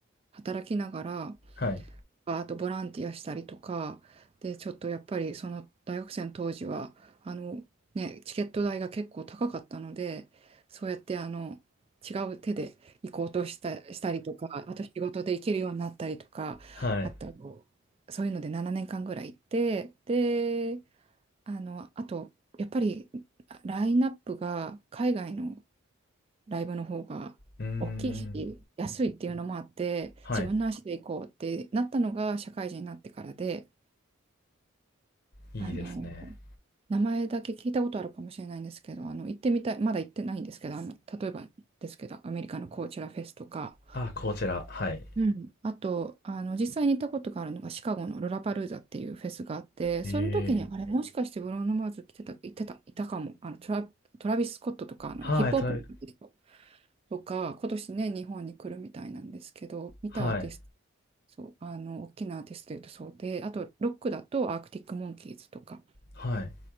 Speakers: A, on the right (about 30°); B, on the left (about 45°).
A: 働きながら、
B: はい、
A: あとボランティアしたりとか、で、ちょっとやっぱりその大学生の当時は、あの、ね、チケット代が結構高かったので、そうやってあの、違う手で行こうとした、したりとか、あと仕事で行けるようになったりとか、
B: はい。
A: あと、そういうので7年間ぐらい行って、で、あの、あと、やっぱりラインナップが海外のライブの方が大きいうんし、
B: うーん、
A: 安いっていうのもあって、
B: はい、
A: 自分の足で行こうってなったのが社会人になってからで、
B: いいですね。
A: あの、名前だけ聞いたことあるかもしれないんですけど、あの、行ってみたい、まだ行ってないんですけど、あの、例えばですけど、アメリカのコーチェラフェスとか、
B: あ、こちら、はい。
A: うん、あと、あの、実際に行ったことがあるのがシカゴのロラパルーザっていうフェスがあって、
B: ええ。
A: その時うに、んあれ、もしかしてブローノ・マーズ来てた、行ってた、いたかも、あの、トラ、トラビス・スコットとか、あの、
B: はい、
A: ヒップホップの人
B: とはい、
A: とか、今年ね、日本に来るみたいなんですけど、見たアーティスト、
B: は
A: そう、あの、大きなアーティストで言うとそうで、あと、ロックだとアークティック・モンキーズとか
B: い、